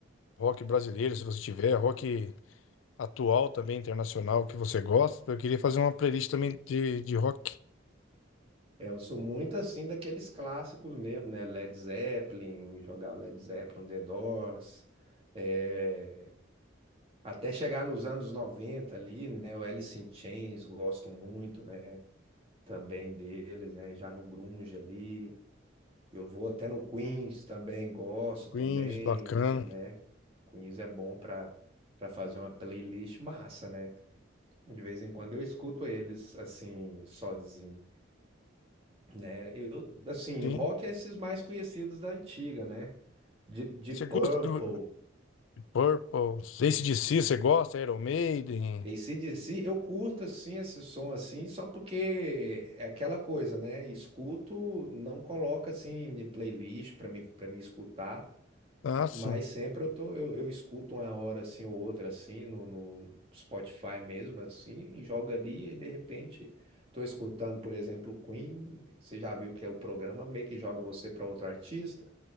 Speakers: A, on the left; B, on the right.
A: Rock brasileiro, se você tiver, rock atual também internacional que você gosta. Eu queria fazer uma playlist também de, de rock
B: É, eu sou muito assim daqueles clássicos mesmo, né? Led Zeppelin, jogar Led Zeppelin, The Doors, é, Até chegar nos anos 90 ali, né? O Alice in Chains, gosto muito, né? Também deles, né? Já no grunge ali. Eu vou até no Queens também, gosto também,
A: Queens, bacana.
B: né? Queens é bom para para fazer uma playlist massa, né? De vez em quando eu escuto eles assim, sozinho, né? Eu, assim,
A: Sim.
B: rock é esses mais conhecidos da antiga, né? Deep, Deep
A: Você gosta?
B: Purple,
A: do. Purple. AC/DC, você gosta? Iron Maiden?
B: AC/DC, eu curto assim esse som assim, só porque é aquela coisa, né? Escuto, não coloca assim em playlist para mim para mim escutar,
A: Ah, sim.
B: mas sempre eu tô eu, eu escuto uma hora assim ou outra assim no, no Spotify mesmo assim e joga ali e de repente tô escutando, por exemplo, o Queen, você já viu que é o programa meio que joga você para outro artista.